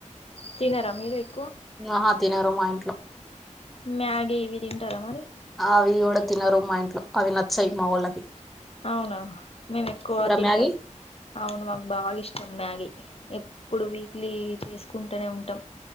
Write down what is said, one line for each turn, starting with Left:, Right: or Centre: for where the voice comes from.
Left: తినరా మీరు ఎక్కువ
Centre: ఆహా తినరు మా ఇంట్లో
Left: మ్యాగి ఇవి తింటార మరి
Centre: అవి కూడా తినరు మా ఇంట్లో అవి నచ్చయి మావోల్లకి
Left: అవునా మేము ఎక్కువ తింటాం.
Centre: మ్యాగీ
Left: అవును మాకు బాగా ఇష్టం. మ్యాగీ ఎప్పుడు వీక్లీ చేస్ కుంటానేవుంటాం